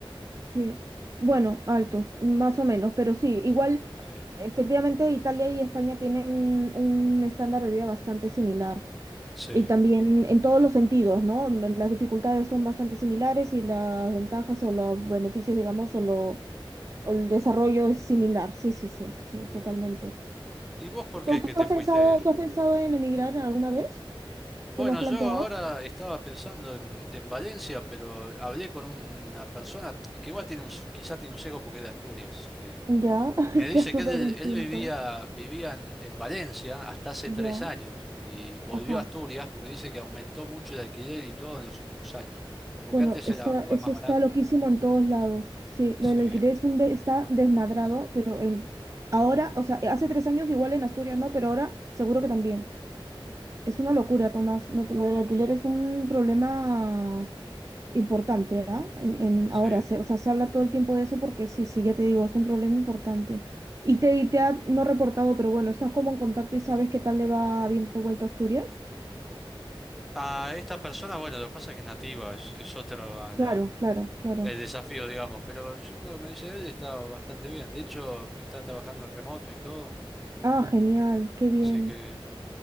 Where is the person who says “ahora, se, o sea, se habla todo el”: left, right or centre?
Right